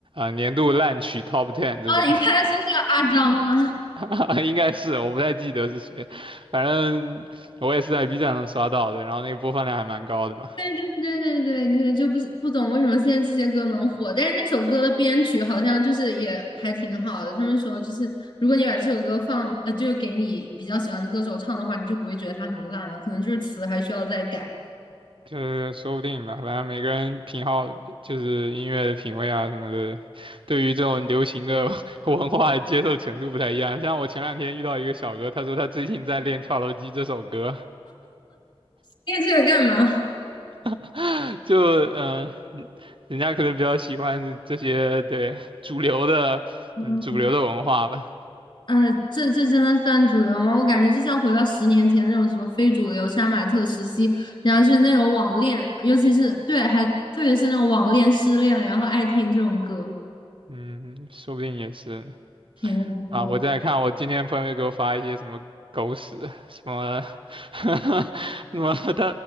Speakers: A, on the right; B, on the left.
A: 呃年度烂曲 Top Ten
B: 啊！
A: 这种，
B: 你后一看是那个阿张吗？
A: <laughs> 应该是我不太记得是谁，反正我也是在 B 站上刷到的，然后那个播放量还蛮高的嘛。
B: 对对对对对对，就不是不懂为什么现在这些歌能火，但是那首歌的编曲好像就是也还挺好的。他们说就是，如果你把这首歌放，呃，就是给你比较喜欢的歌手唱的话，你就不会觉得它很烂了，可能就是词还需要再改。
A: 就是说不定吧，反正每个人品好，就是音乐的品味啊什么的，对于这种流行的 <laughs> 文化的接受程度不太一样。像我前两天遇到一个小哥，他说他最近在练《跳楼机》这首歌，
B: 练这个干嘛？
A: <laughs> 就嗯、呃人家可能比较喜欢这这些对主流的，
B: <laughs> 嗯，
A: 嗯，主流的文化吧，
B: 呃，这这真的算主流吗？我感觉就像回到十年前那种什么非主流、杀马特时期，然后是那种网恋，尤其是对，还特别是那种网恋、失恋，然后爱听这种歌。
A: 嗯，说不定也是。
B: 天呐，
A: 啊，
B: 好。
A: 我在看，我今天朋友又给我发一些什么狗屎，什么，<laughs> 什么他